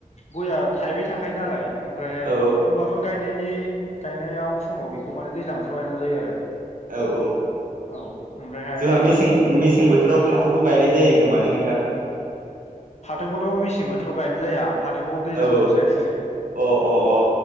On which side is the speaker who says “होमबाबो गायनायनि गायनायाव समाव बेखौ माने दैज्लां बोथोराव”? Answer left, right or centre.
Left